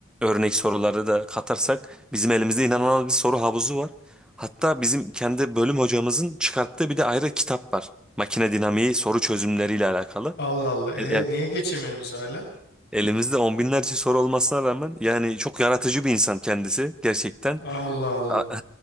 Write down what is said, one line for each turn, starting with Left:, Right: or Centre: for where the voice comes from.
Centre: örnek soruları da katarsak bizim elimizde inanılmaz bir soru havuzu var. Hatta bizim kendi bölüm hocamızın çıkarttığı bir de ayrı kitap var. Makine dinamiği soru çözümleriyle alakalı.
Left: Allah Allah. E
Centre: E- e-
Left: niye geçemiyorsunuz hala?
Centre: Elimizde on binlerce soru olmasına rağmen yani çok yaratıcı bir insan kendisi gerçekten.
Left: Allah Allah.
Centre: A- <laughs>